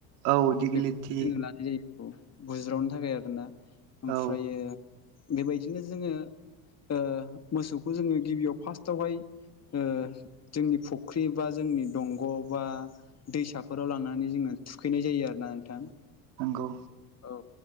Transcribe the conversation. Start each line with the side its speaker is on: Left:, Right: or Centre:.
Right: औ दिगिलिटि
Left: बेखौनो जोङो लानाय जायो बुज्रावनो थाखाय आरोना ओमफ्रायो
Right: औ
Left: बेबायदिनो जोङो ओ मोसौखौ जोङो गिबियाव फार्स्टआवहाय ओ जोंनि फुख्रि बा जोंनि दंग'आव बा दैसाफोराव लांनानै जोङो थुखैनाय जायो आरो ना नोंथां
Right: नोंगौ
Left: औ